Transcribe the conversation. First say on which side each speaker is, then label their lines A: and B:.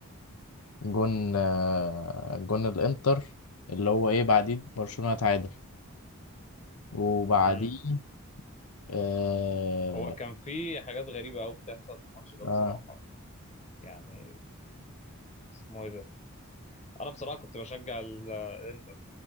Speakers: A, on the left (about 80°); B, on the left (about 30°).
A: الجون آه، جون الانتر اللي هو ايه بعديه برشلونة اتعادل وبعديه
B: امم
A: اه,
B: هو كان في حاجات غريبة قوي بتحصل في الماتش ده
A: آه
B: بصراحة يعني اسمه ايه ده انا بصراحة كنت بشجع ال- الانتر